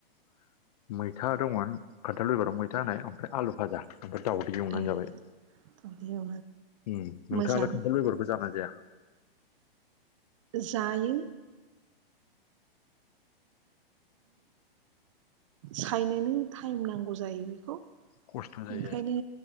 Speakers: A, on the left (about 40°); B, on the right (about 35°).
A: <inaudible> मैथा दंमोन। खान्थाल बेगराव मैथा होनाय, ओमफ्राय आलु फाजा ओमफ्राय दाउदै एवना
B: अ ए
A: जाबाय।
B: <inaudible>
A: उम नोंथाङालाय
B: मोजां
A: खान्थाल बेगरखौ जाना जाया?
B: जायो। सायनोनो टाइम नांगौ जायो बेखौ।
A: खस्थ' जायो
B: ओंखायनो
A: आरो